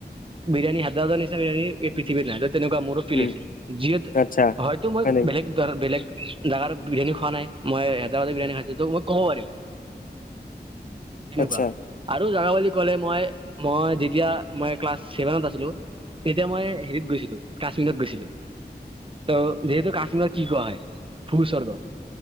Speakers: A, on the right; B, on the left.
A: বিৰিয়ানী হাদৰাবাদৰ নিচনা বিৰিয়ানী এ পৃথিৱীত নাই ত', তেনেকুৱা মোৰো ফিল
B: উম
A: হৈছে। যিহেত
B: আচ্ছা
A: হয়তো মই
B: হয় নেকি
A: বেলেগ <unintelligible> বেলেগ জাগাৰ বিৰিয়ানী খোৱা নাই, মই হাদৰাবাদৰ বিৰিয়ানী খাইছো ত', মই ক'ব পাৰিম। এনেকুৱা
B: আচ্ছা
A: আৰু জাগা বুলি ক'লে মই মই যেতিয়া মই ক্লাছ ছেভেনত আছিলোঁ, তেতিয়া মই হেৰিত গৈছিলোঁ, কাশ্মীৰত গৈছিলোঁ। ত' যিহেতু কাশ্মীৰত কি কোৱা হয়- ভূস্বৰ্গ